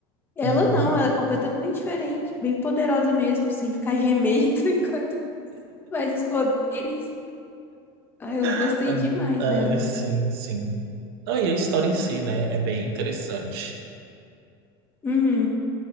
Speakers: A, on the left; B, on the right.
A: Ela
B: Uhum.
A: não, ela é completamente diferente, bem poderosa mesmo, sem ficar gemendo <laughs> enquanto Mas os poderes, ah, eu gostei
B: Ah,
A: demais
B: ah,
A: dela.
B: sim, sim. Não, e a história em si, né, é bem interessante.
A: Uhum.